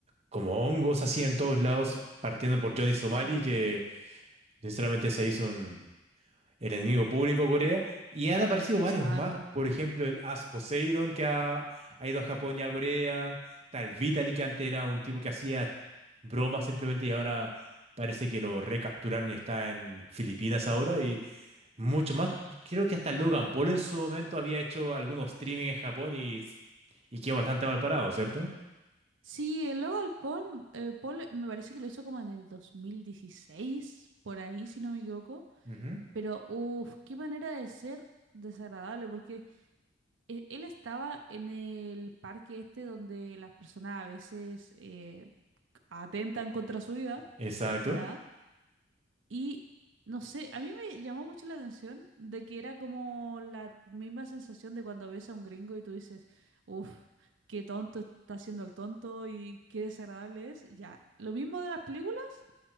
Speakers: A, on the right; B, on the right.
A: como hongos así en todos lados, partiendo por Johnny Somali,
B: Sí,
A: que sinceramente se hizo un, el enemigo público de Corea, y han aparecido
B: exacto.
A: varios más, por ejemplo el As Poseidon que ha, ha ido a Japón y a Corea, tal Vitaly que antes era un tipo que hacía bromas simplemente y ahora parece que lo recapturaron y está en Filipinas ahora y mucho más, creo que hasta Logan Paul en su momento había hecho algunos streaming en Japón y, y quedó bastante mal parado, ¿cierto?
B: Sí, el Logan Paul, eh, Paul me parece que lo hizo como en el 2016, por ahí, si no me equivoco.
A: Ujú.
B: Pero, uff, qué manera de ser desagradable, porque e- él estaba en el parque este donde las personas a veces eh, atentan contra su vida,
A: Exacto.
B: ¿ya? Y no sé, a mí me llamó mucho la atención de que era como la misma sensación de cuando ves a un gringo y tú dices, uff, qué tonto está haciendo el tonto y qué desagradable es, ya. Lo mismo de las películas,